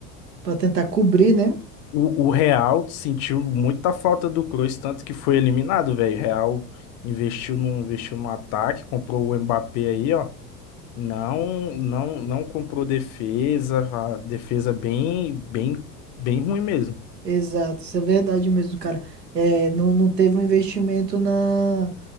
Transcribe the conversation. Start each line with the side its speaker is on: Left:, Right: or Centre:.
Right: Pra tentar cobrir, né?
Left: O, o Real sentiu muita falta do Kroos, tanto que foi eliminado, velho. O Real investiu no, investiu no ataque, comprou o Mbappé aí, ó. Não, não, não comprou defesa, a defesa bem, bem, bem ruim mesmo.
Right: Exato, isso é verdade mesmo, cara. É, não, não teve um investimento na,